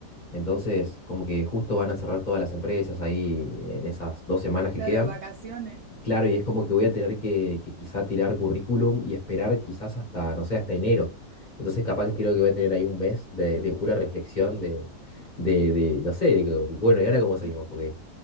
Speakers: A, on the left; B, on the right.
A: Entonces, como que justo van a cerrar todas las empresas ahí en esas dos semanas que
B: Claro,
A: quedan
B: vacaciones.
A: Claro, y es como que voy a tener que, que quizá tirar currículum y esperar quizás hasta, no sé, hasta enero. Entonces capaz que creo que voy a tener ahí un mes de, de pura reflexión, de, de, de, no sé, de que, bueno, ¿y ahora cómo seguimos?
B: I-
A: Porque,